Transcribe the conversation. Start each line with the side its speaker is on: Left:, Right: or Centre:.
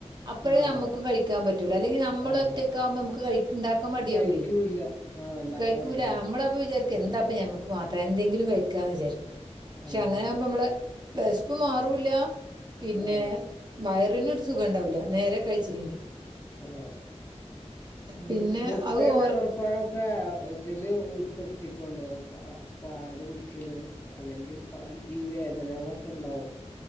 Right: അപ്പഴേ
Left: ആഹ്
Right: നമ്മക്കും കഴിക്കാൻ പറ്റുള്ളൂ അല്ലെങ്കി നമ്മളൊറ്റക്കാകുമ്പോ
Left: അതാ
Right: നമക്ക് കഴ് ണ്ടാക്കാൻ മടിയാവേ
Left: കഴിക്കൂല്ല ആഹ് ഇണ്ടാക്കാൻ
Right: കഴ്ക്കൂല
Left: മടിയാവും
Right: അമ്മളപ്പം വിചാരിക്കാ എന്താപ്പ.
Left: ആഹ്
Right: ഞമ്മക്ക് മാത്ര ത്രേഎന്തെങ്കിലും കഴിക്കാന്ന് വിചാരിക്കും പക്ഷെ
Left: ആഹ്
Right: അങ്ങനാവുമ്പോ മ്മളെ വെശ്പ്പ് മാറൂല്ല പിന്നെ
Left: ആഹ്
Right: വയറിനൊരു സുഖണ്ടാവൂല നേരെ കഴിച്ചീല്ലെങ്കി
Left: ആ മ്
Right: പിന്നെ
Left: മുട്ടേം
Right: അത് ഓരോ
Left: നേന്ത്രപ്പഴൊക്കെ അതിൽ ഉൾപ്പെടുത്തിക്കൊണ്ട് കാ പാൽ കുടിക്കലും അല്ലെങ്കി പാൽഈ വേ വേദനകളൊക്കെണ്ടാവും